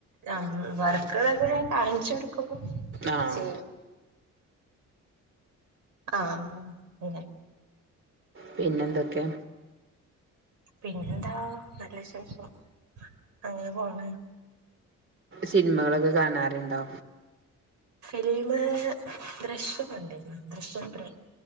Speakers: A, on the right (about 75°); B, on the right (about 40°).
A: <unintelligible>
B: ആഹ്
A: <inaudible> ആ. അങ്ങനെ.
B: പിന്നെന്തൊക്കെ?
A: പിന്നെന്താ നല്ല വിശേഷം അങ്ങനെ പോണ്.
B: സിനിമകളൊക്കെ കാണാറുണ്ടോ?
A: ഫിലിമ ദൃശ്യം കണ്ടിരുന്നു. ദൃശ്യം ത്രീ.